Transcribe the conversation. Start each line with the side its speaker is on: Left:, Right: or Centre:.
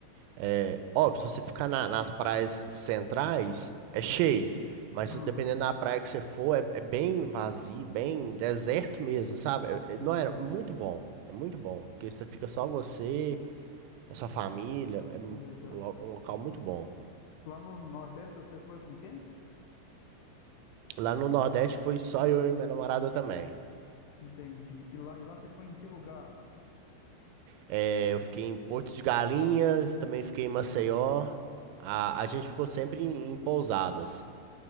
Right: é óbvio, se você ficar na- nas praias centrais, é cheio. Mas
Left: Hum,
Right: dependendo da praia que você for, é, é bem vazio, bem deserto mesmo, sabe? É- é- não
Left: uhum,
Right: era muito bom. É muito bom, porque você fica só você, a sua família, é um
Left: legal.
Right: lo- um local muito bom.
Left: Lá no Nordeste você foi com quem?
Right: Lá no Nordeste foi só eu e minha namorada também.
Left: Entendi. E lá, e lá você foi em que lugar?
Right: É, eu fiquei em Porto de Galinhas, também fiquei em Maceió. A, a gente ficou sempre em, em pousadas.